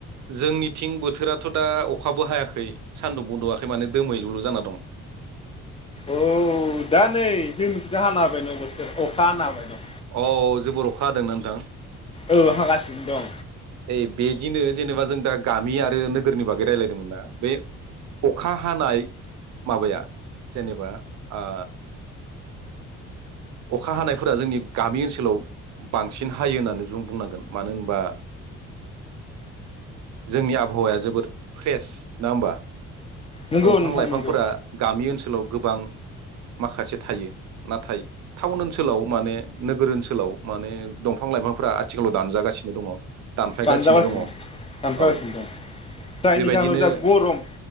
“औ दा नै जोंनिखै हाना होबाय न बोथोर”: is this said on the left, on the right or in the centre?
Left